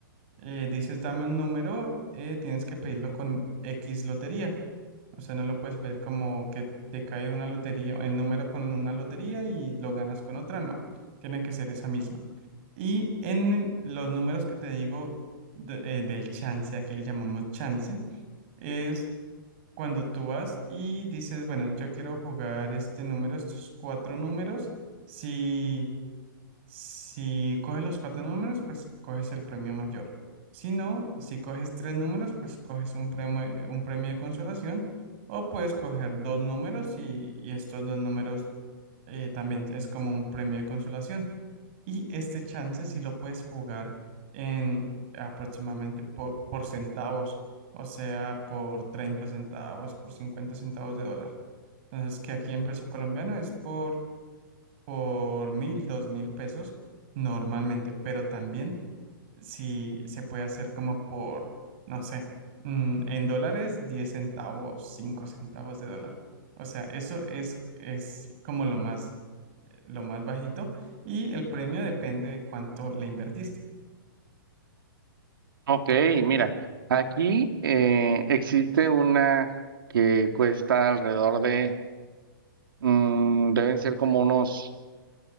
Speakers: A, on the right; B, on the right.
A: eh, dices, dame un número, eh, tienes que pedirlo con X lotería. O sea, no lo puedes pedir como que te cae una lotería, el número con una lotería y lo ganas con otra. No, tiene que ser esa misma. Y en los números que te digo de- eh, del chance, aquí le llamamos chance es cuando tú vas y dices, bueno, yo quiero jugar este número, estos cuatro números. Si si coges los cuatro números, pues coges el premio mayor. Si no, si coges tres números, pues coges un premio, un premio de consolación o puedes coger dos números y, y estos dos números eh, también es como un premio de consolación. Y este chance sí lo puedes jugar en aproximadamente por, por centavos, o sea, por 30 centavos, por 50 centavos de dólar. Entonces, que aquí en peso colombiano es por por mil, dos mil pesos normalmente, pero también si se puede hacer como por, no sé, mm, en dólares, 10 centavos, 5 centavos de dólar. O sea, eso es, es como lo más, lo más bajito y el premio depende de cuánto le invertiste.
B: ok, mira, aquí eh, existe una que cuesta alrededor de, mm, deben ser como unos